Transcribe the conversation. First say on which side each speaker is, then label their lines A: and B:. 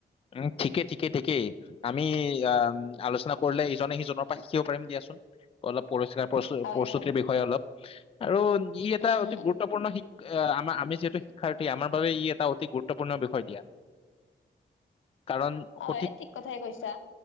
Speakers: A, on the left; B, on the left.
A: উম ঠিকে ঠিকে ঠিকেই। আমি আহ আলোচনা কৰিলে ইজনে সিজনৰ পৰা শিকিব পাৰিম দিয়াচোন। অলপ পৰীক্ষাৰ প্ৰস্তুতি
B: হয়
A: প্ৰস্তুতিৰ
B: হয়
A: বিষয়ে অলপ। আৰু ই এটা
B: উম
A: অতি
B: উম
A: গুৰুত্বপূৰ্ণ শিক আ আমাৰ আমি যিহেতু শিক্ষাৰ তে আমাৰ বাবে ই এটা অতি গুৰুত্বপূৰ্ণ বিষয় দিয়া কাৰণ
B: হয়
A: সঠিক
B: ঠিক কথাই কৈছা।